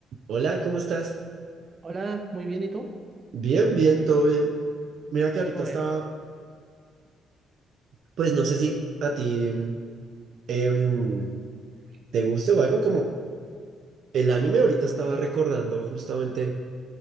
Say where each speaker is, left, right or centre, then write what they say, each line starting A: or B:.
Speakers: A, on the right; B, on the right.
A: Hola, ¿cómo estás?
B: Hola, muy bien, ¿y tú?
A: Bien, bien, todo bien. Mira que ahorita
B: Qué bueno.
A: estaba, pues no sé si a ti mm, em, te guste o algo como el anime, ahorita estaba recordando justamente